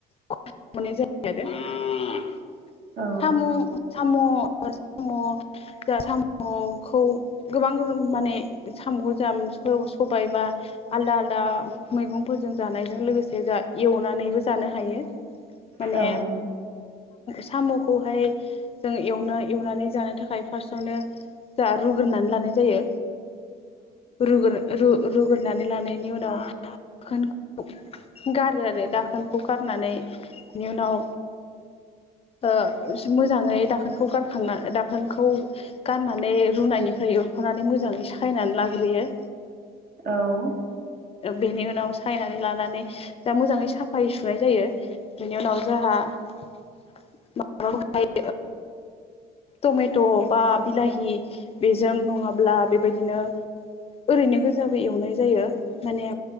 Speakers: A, on the left (about 35°); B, on the right (about 60°).
A: <unintelligible> मोननाय जायो आरो।
B: औ
A: साम' साम' साम'। जाहा साम'खौ गोबां माने साम' जाहा सबाय बा आलदा आलदा मैगंफोरजों जानायजों लोगोसे जा एवनानैबो जानो हायो। माने
B: औ
A: साम'खौहाय जों एवनो एवनानै जानो थाखाय फार्स्टयावनो जाहा रुग्रोनानै लानाय जायो। रूगोर रू रुगोरनानै लानायनि उनाव दाखोनखौ गारो आरो दाखोनखौ गारनानै बिनि उनाव ओ मोजाङै दाखोनखौ गार खांना दाखोनखौ गाननानै रुनायनिफ्राय एरख'नानै मोजाङै सायनानै लाग्रोयो।
B: औ
A: बेनि उनाव सायनानै लानानै दा मोजाङै साफाय सुनाय जायो। बिनि उनाव जोंहा <unintelligible> खौहाय टमेट' बा बिलाहि बेजों नङाब्ला बेबायदिनो ओरैनो गोजाबो एवनाय जायो माने